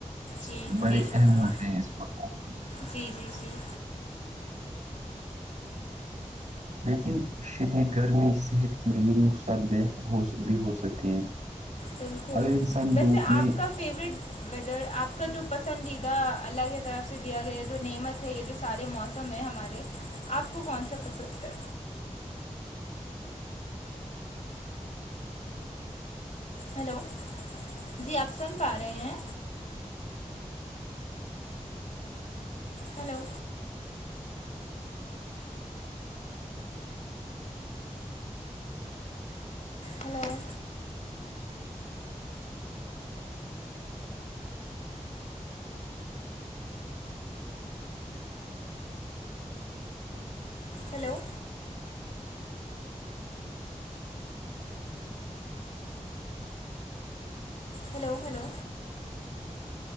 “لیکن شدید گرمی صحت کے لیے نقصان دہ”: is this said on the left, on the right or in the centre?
Right